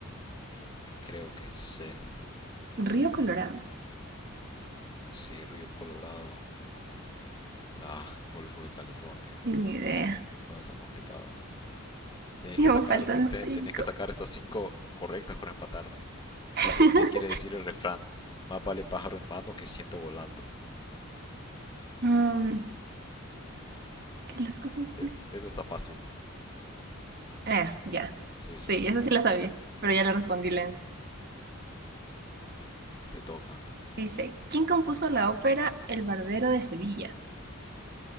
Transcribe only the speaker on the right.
Río Colorado.
Ni idea.
<laughs>
Ya
me faltan
cinco.
<laughs>
Mm, Que las cosas...
Ah, ya.
Sí, eso sí la sabía, pero ya le respondí lento.
Dice, ¿quién compuso la ópera El Barbero de Sevilla?